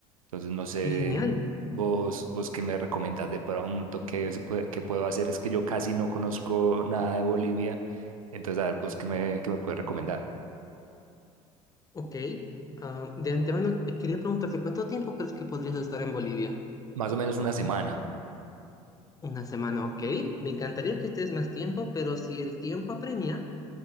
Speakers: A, on the right; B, on the left.
A: Entonces no sé
B: Qué genial.
A: vos, vos qué me recomendás de pronto, qué, se puede, qué puedo hacer. Es que yo casi no conozco nada de Bolivia. Entonces a ver vos qué me, qué me puedes recomendar.
B: Ok. Ah, de antemano, te quería preguntarte, ¿cuánto tiempo crees que podrías estar en Bolivia?
A: Más o menos una semana.
B: U- Una semana, ok. Me encantaría que estés más tiempo, pero si el tiempo apremia,